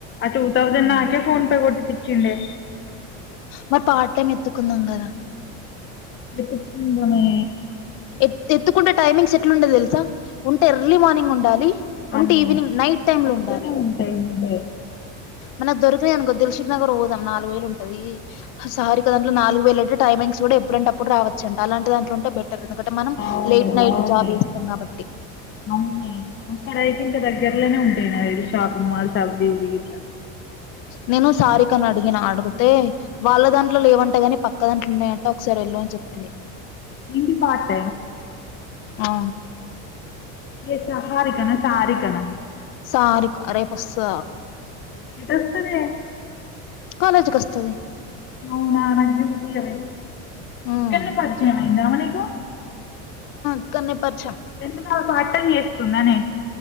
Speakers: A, on the left; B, on the left.
A: ఆ టూ థౌసండ్
B: మ్మ్.
A: నాకే ఫోన్ పే కొట్టిచ్చిండె
B: మరి పార్ట్ టైం ఎత్తుకుందాం గదా
A: ఎత్తుకుందామే
B: ఎ ఎత్తుకుంటే టైమింగ్స్ ఎట్లు ఉండది తెలుసా ఉంటే ఎర్లీ మార్నింగ్ ఉండాలి ఉంటే
A: అదే
B: ఈవినింగ్ నైట్ టైమ్
A: అట్లనే
B: లో ఉండాలి
A: ఉంటాయి ఉంటాయి <inaudible>
B: మనకు దొరికినాది అనుకో దిల్సికనగర్ పోదాం నాలుగు వేలు ఉంటుంది సారిక దాంట్లో నాలుగు వేలు అంటే టైమింగ్స్ కూడా ఎప్పుడంటప్పుడు రావచ్చ అంట అలాంటి దాంట్లో ఉంటే బెటర్ ఎందుకంటే మనం
A: అవును
B: లేట్ నైట్
A: అవునే
B: జాబ్ చేస్తాం కాబట్టి
A: అవునే అక్కడ అయితే ఇంకా దగ్గరలోనే ఉంటాయి నా షాపింగ్ మాల్స్ అవి గివి ఇట్లా <inaudible>
B: నేను సారికని అడిగిన అడిగితే వాళ్ళ దాంట్లో లే ఏవంటగాని పక్క దాంట్లో ఉన్నాయంటే ఒకసారి ఎళ్ళు చెప్పడి
A: నంద పాట్ట
B: ఆ
A: ఏ సహారికనా సారికన్నా
B: సారికా రెప్ వస్తద
A: అటువస్తదే
B: కాలేజ్ కి వస్తంది
A: అవునా నాక్ చూపియవే
B: ఉమ్
A: ఇకనే పరిచయం అయిందా ఆమె నీకు
B: ఇకడ్నే పరిచయం
A: ఎందుకు పార్ట్ టైమ్ చేస్తుందా నే